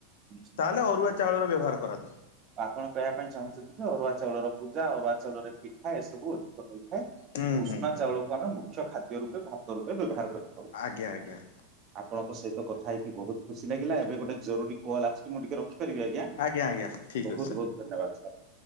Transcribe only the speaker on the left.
ତାହେଲେ ଅରୁଆ ଚାଉଳର ବ୍ୟବହାର କରାଯାଏ।
ହୁଁ
ହୁଁ ହୁଁ
ଆଜ୍ଞା ଆଜ୍ଞା।
ଆଜ୍ଞ ଆଜ୍ଞା। ଠିକ୍
ଅଛି ସାର୍।